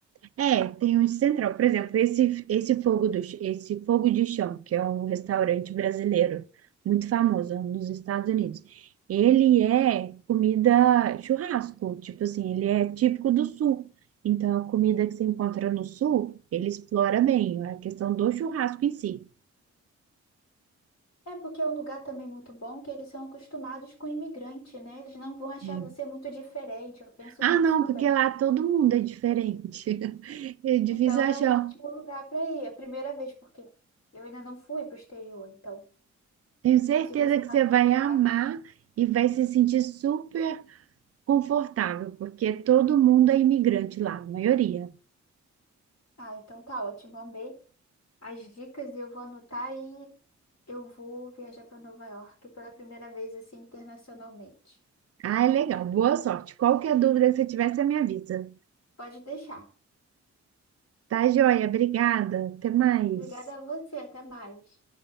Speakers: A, on the right; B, on the left.
A: É, tem um central. Por exemplo, esse, esse fogo do, Ch- esse fogo de chão, que é um restaurante brasileiro muito famoso nos Estados Unidos. Ele é comida churrasco, tipo assim, ele é típico do sul. Então, a comida que se encontra no sul, ele explora bem a questão do churrasco em si.
B: É porque é um lugar também muito bom que eles são acostumados com imigrante, né? Eles não vão achar
A: É.
B: você muito diferente. Eu penso
A: Ah,
B: nisso
A: não,
B: também.
A: porque lá todo mundo é diferente. <laughs> É difícil
B: Então
A: achar.
B: é um ótimo lugar para ir. É a primeira vez, porque eu ainda não fui para o exterior. Então,
A: Tenho certeza
B: se você
A: que
B: vai
A: você
B: para
A: vai
B: um lugar.
A: amar e vai se sentir super confortável, porque todo mundo é imigrante lá, a maioria.
B: Ah, então tá ótimo. Amei as dicas eu vou anotar e eu vou viajar para Nova York pela primeira vez, assim, internacionalmente.
A: Ah, é legal. Boa sorte. Qualquer dúvida que você tiver, você me avisa.
B: Pode deixar.
A: Tá, joia? Obrigada. Até mais.
B: Obrigada a você. Até mais.